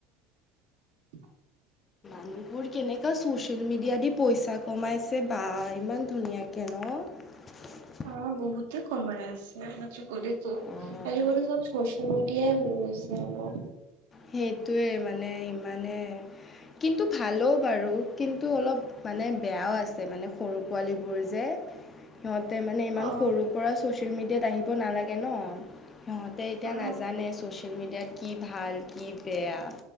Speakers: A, on the right; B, on the left.
A: <inaudible>
B: মানুবোৰ কেনেকুৱা চ'ছিয়েল মিডিয়া দি পইচা কমাইছে বা ইমান ধুনীয়াকৈ ন'। <inaudible>
A: অহ', বহুতে কমাই আছে, <unintelligible> আজিকালিটো
B: অঁ,
A: আজিকালি চব চমকীয়াই <unintelligible> হৈ গৈছে আৰু।
B: সেইটোৱে মানে ইমানে কিন্তু ভালো বাৰু, কিন্তু অলপ মানে বেয়াও আছে, মানে সৰু পোৱালীবোৰ যে সিহঁতে মানে ইমান
A: অ
B: সৰুৰ পৰা ছ'চিয়েল মিডিয়াত আহিব নালাগে ন'। সিহঁতে এতিয়া
A: অ
B: নাজানে, ছ'চিয়েল মিডিয়াত কি ভাল, কি বেয়া।